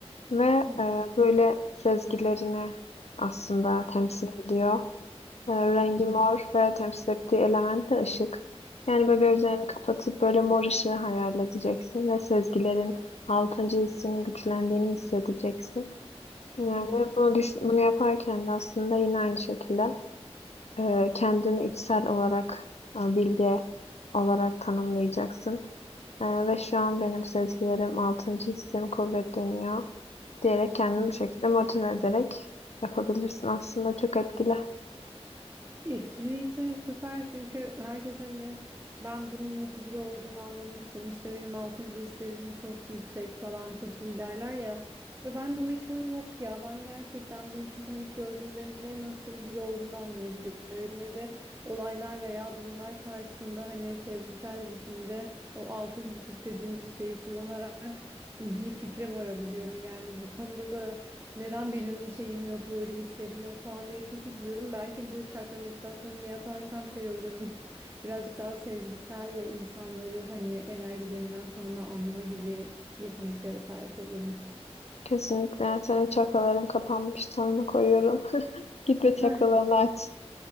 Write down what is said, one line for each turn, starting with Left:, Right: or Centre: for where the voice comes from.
Left: ve
Right: Hı hı.
Left: e, böyle sezgilerini aslında temsil ediyor. E, rengi
Right: Hı hı.
Left: mor ve temsil ettiği element de ışık. Yani böyle gözlerini kapatıp böyle mor ışığı hayal edeceksin ve sezgilerin altıncı hissinin güçlendiğini hissedeceksin. Yani
Right: Hı
Left: bunu düş bunu yaparken de aslında yine aynı şekilde e, kendini içsel olarak e, bilge olarak tanımlayacaksın. E, ve şu an benim sezgilerim altıncı hissim kuvvetleniyor diyerek kendini
Right: hı.
Left: bu şekilde motive ederek yapabilirsin. Aslında çok etkili.
Right: Etkiliyse süper çünkü herkes hani ben bunun nasıl biri olduğunu anlamıştım. İşte benim altıncı hislerim çok yüksek falan çok iyi derler ya. Ya ben de o hiç o yok ya. Ben gerçekten bir insanı ilk gördüğümde ne nasıl biri olduğunu anlayabiliyorum ne de olaylar veya durumlar karşısında hani sezgisel bir biçimde o altıncı his dediğimiz şeyi kullanarak bir fikre varabiliyorum. Yani bu konuda da neden benim şeyim yok böyle hislerim yok falan diye çok üzülüyordum. Belki bu çakra meditasyonunu yaparsam şey olurum. <laughs> Birazcık daha sezgisel ve insanları hani enerjilerinden tanıma, anlama gibi yeteneklere sahip olurum.
Left: Kesinlikle. Senin çakraların kapanmış. Tanrı koyuyorum. <laughs> Git ve çakralarını
Right: <laughs>
Left: aç.